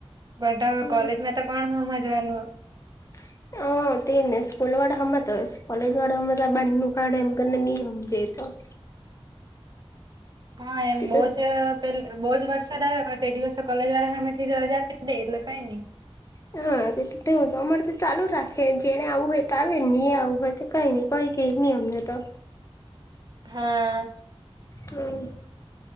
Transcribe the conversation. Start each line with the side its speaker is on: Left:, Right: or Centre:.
Right: પણ
Left: જાય.
Right: કોલેજ માં તો કોણ હોમાં જવાનું
Left: <unintelligible> હ તે ને સ્કૂલ વાળા હમ તો કોલેજ વાળા હમ બનું કારાડ એમ કરીને ન સમજ તો. <inaudible>
Right: હા એમ
Left: તે
Right: બહજ
Left: તો
Right: પે બહજ વર્ષ દા કરતા દિવસે કોલેજ વાળા હમેથી રજા આપી દે એટલે કઈ નને
Left: હાવું અમારે તો ચાલુ જ રાખે જેને આવું હોય તો આવે નહી આવ હવે તો કઈ ન કોઈ કઈ ન અમને તો
Right: હા.
Left: હમ્મ.